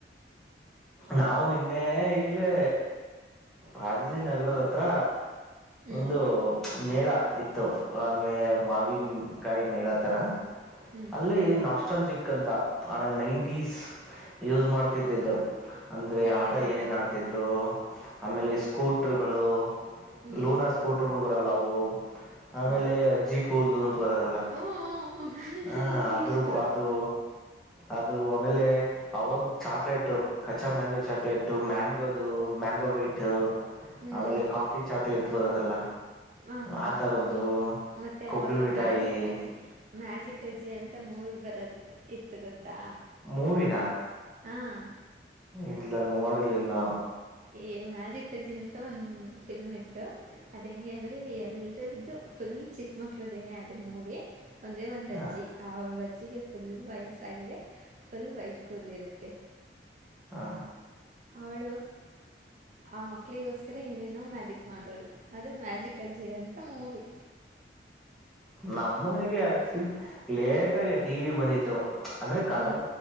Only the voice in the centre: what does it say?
ನಾವು ನಿನ್ನೆ ಇಲ್ಲೇ ರಾಜಾಜಿ ನಗರದ ಹತ್ರ
ಒಂದು ಮೇಳ ಇತ್ತು ಅಂದ್ರೆ ಮಾವಿನಕಾಯಿ ಮೇಳ ತರ
ಅಲ್ಲಿ ನಾಸ್ಟಲ್ ಜಿಕ್ ಅಂತ ಆಣ ನೈಂಟೀಸ್ ಯೂಸ್ ಮಾಡ್ತಿದ್ದಿದ್ದು ಅಂದ್ರರೆ
ಆಟ ಏನೇನು ಆಡ್ತ ಇದ್ರು ಆಮೇಲೆ ಸ್ಕೂಟರ್ಗಳು
ಲೋನ್ ಹಸ್ ಕೊಟ್ರ ಕೊಡ್ ಬರಲ್ಲ ಅವು ಆಮೇಲೆ
ಅಜ್ಜಿ ಕೂದಲು ಅಂತ ಬರದಲ್ಲ
ಹ
ಅದ್ರ
ಅದು ಅದು ಆಮೇಲೆ ಅವಾಗ ಚಾಕ್ಲೇಟ ಕಚ್ಚಾ ಮ್ಯಾಂಗೋ ಚಾಕ್ಲೇಟ್ು ಮ್ಯಾಂಗೋದು ಮ್ಯಾಂಗೋ ಬೈಟ್
ಆಮೇಲೆ ಕಾಫಿ ಚಾಕ್ಲೇಟ್ ಬರೋದಲ್ಲ
ಆ ಥರದ್ದು
ಕೊಬ್ಬರಿ
ಮಿಠಾಯಿ
ಮೂವಿನ
ಇಲ್ಲ ನಾ ನೋಡಿರಲಿಲ್ಲ
ಹ
ಹಾ
ನಮ್ಮ ಮನೆಗೆ ಆಕ್ಚುಲಿ ಲೇಟಗ ಟಿ ವಿ ಬಂದಿದ್ದು ಅಂದ್ರೆ colour